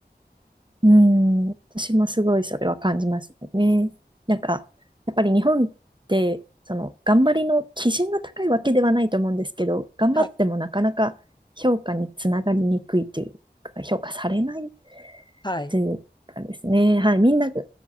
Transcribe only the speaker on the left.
はい。
はい。